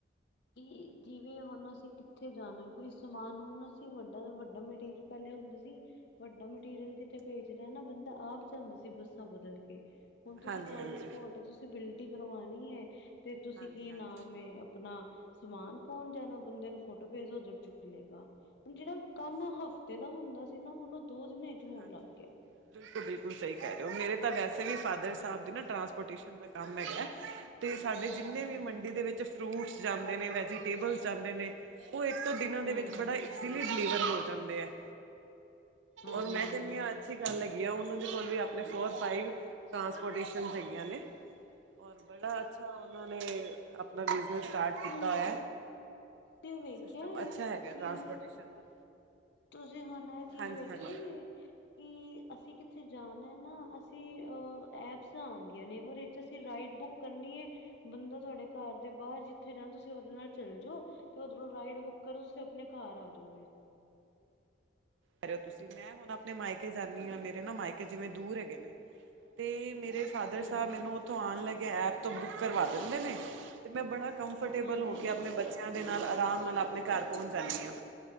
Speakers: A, on the left; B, on the right.
A: ਕਿ ਜਿਵੇਂ ਹੋਣ ਅਸੀ ਕਿੱਥੇ ਜਾਣਾ ਕੋਈ ਸਮਾਨ ਹੁਣ ਅਸੀ ਵਡਾ ਤੋ ਵੱਡਾ ਮਟੀਰੀਅਲ ਪਹਿਲੇ ਹੁੰਦੇ ਸੀ ਵੱਡਾ ਮਟੀਰੀਅਲ ਕਿਤੇ ਭੇਜਨਾ ਨਾ, ਬੰਦਾ ਆਪ ਜਾਂਦਾ ਸੀ ਬੱਸਾਂ ਬਦਲ ਕੇ। ਹੁਣ ਤੁਸੀਂ
B: ਹਾਂਜੀ
A: ਟਰਾਂਸਪੋਰਟ,
B: ਹਾਂਜੀ
A: ਤੁਸੀਂ ਬਿਲਟੀ ਕਰਵਾਣੀ ਹੈ, ਤੇ ਤੁਸੀਂ
B: ਹਾਂਜੀ
A: ਕੀ
B: ਹਾਂਜੀ
A: ਨਾਮ ਐ, ਆਪਣਾ ਸਮਾਨ ਪਾਉਣ ਜਾਣਾ, ਬੰਦੇ ਨੂੰ ਫੋਟੋ ਭੇਜ ਦੋ, ਉੱਧਰੋ ਚੁੱਕ ਲਏਗਾ, ਹੁਣ ਜਿਹੜਾ ਕੰਮ
B: ਬਿਲਕੁਲ
A: ਹਫ਼ ਏਦਾ ਹੁੰਦਾ ਸੀ ਨਾ ਹੁਣ ਉਹ ਦੋ ਦਿਨਾਂ ਚ ਹੋਣ
B: ਹਾਂਜੀ
A: ਲੱਗ ਗਿਆ।
B: ਬਿਲਕੁਲ ਬਿਲਕੁਲ ਸਹੀ ਕਹਿ ਰਹੇ ਹੋ ਮੇਰੇ ਤਾਂ ਵੈਸੇ ਵੀ ਫਾਦਰ ਸਾਹਿਬ ਦੀ ਨਾ ਟ੍ਰਾਂਸਪੋਟੇਸ਼ਨ ਦਾ ਕੰਮ ਹੈਗਾ। ਤੇ ਸਾਡੇ ਜਿੰਨੇ
A: ਅੱਛਾ ਅੱਛਾ
B: ਵੀ ਮੰਡੀ ਦੇ ਵਿੱਚ ਫਰੂਟਸ ਜਾਂਦੇ ਨੇ ਵੈਜੀਟੇਬਲਸ ਜਾਂਦੇ ਨੇ, ਉਹ ਇੱਕ ਦੋ ਦਿਨਾਂ ਦੇ
A: ਹਾਂਜੀ
B: ਵਿੱਚ ਬੜਾ ਈਸਿਲੀ ਡਿਲੀਵਰ ਹੋ ਜਾਂਦੇ ਹੈ।
A: ਹਾਂਜੀ
B: ਔਰ ਮੈ
A: ਹਾਂਜੀ
B: ਕਹਣੀ ਆ, ਅੱਛੀ ਗੱਲ ਹੈਗੀ ਆ ਉਹਨਾਂ ਦੇ ਕੋਲ ਵੀ ਆਪਣੇ ਫੋਰ ਫਾਈਵ ਟਰਾਂਸਪੋਰਟੇਸ਼ਨ ਹੈਗੀਆਂ ਨੇ। ਔਰ ਬੜਾ ਅੱਛਾ ਉਹਨਾਂ ਨੇ ਆਪਣਾ ਬਿਜਨਸ ਸਟਾਰਟ ਕੀਤਾ
A: ਹੁਣ
B: ਹੋਇਆ
A: ਤੇ ਵੇਖਿਆ
B: ਸਿਸਟਮ
A: ਹੈ
B: ਅੱਛਾ ਹੈਗਾ
A: ਕਿ
B: ਟਰਾਂਸਪੋਰਟੇਸ਼ਨ ਦਾ।
A: ਤੁਸੀਂ ਹੁਣ ਇਹ ਚੀਜ਼
B: ਹਾਂਜੀ
A: ਵੇਖੀ
B: ਹਾਂਜੀ
A: ਏ ਕਿ ਅਸੀਂ ਕਿੱਥੇ ਜਾਣਾ ਨਾ ਅਸੀਂ, ਐਪਸ ਆਦੀਆਂ ਨੇ ਓਹਦੇ ਚ ਤੁਸੀ ਰਾਈਡ ਬੁੱਕ ਕਰਨੀ ਏ। ਬੰਦਾ ਤੁਹਾਡੇ ਘਰ ਦੇ ਬਾਹਰ ਜਿੱ ਉੱਥੇ ਜਾਣ, ਤੁਸੀਂ ਉਹਦੇ ਨਾਲ ਚੱਲ ਜਾਓ, ਤੇ ਉਧਰੋਂ ਰਾਈਡ ਬੁੱਕ ਕਰੋ, ਤੁਸੀਂ ਆਪਣੇ ਘਰ ਆ ਜਾਓਗੇ।
B: ਕਰਿਓ ਤੁਸੀਂ, ਮੈਂ ਹੁਣ ਆਪਣੇ ਮਾਇਕੇ ਜਾਂਨੀ ਆਂ, ਮੇਰੇ ਨਾ ਮਾਇਕੇ ਜਿਵੇਂ ਦੂਰ ਹੈਗੇ ਨੇ। ਤੇ ਮੇਰੇ ਫਾਦਰ
A: ਹਾਂਜੀ
B: ਸਾਹਿਬ ਮੈਨੂੰ ਉੱਥੋਂ ਆਉਣ ਲੱਗਿਆ ਐਪ ਤੋਂ ਬੁੱਕ ਕਰਵਾ ਦਿੰਦੇ ਨੇ, ਤੇ ਮੈਂ ਬੜਾ ਕੰਫਰਟੇਬਲ
A: ਹਾਂਜੀ
B: ਹੋ ਕੇ, ਆਪਣੇ ਬੱਚਿਆਂ ਦੇ ਨਾਲ ਆਰਾਮ ਨਾਲ ਆਪਣੇ ਘਰ ਪਹੁੰਚ ਜਾਂਦੀ ਹਾਂ,